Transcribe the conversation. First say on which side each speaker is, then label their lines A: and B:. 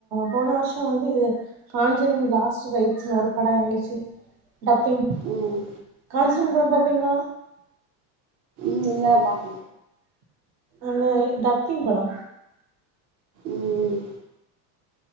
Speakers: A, on the right; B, on the right.
A: போன வருஷோ வந்து இது காஞ்சுரிங் லாஸ்ட் ரைட்ஸ்னு ஒரு படோ எறங்குச்சு டப்பிங்
B: ம் ம்
A: காஞ்சுரிங் படோ பாப்பிங்களா
B: இல்ல பாக்
A: அந்த டப்பிங் படோ
B: ம்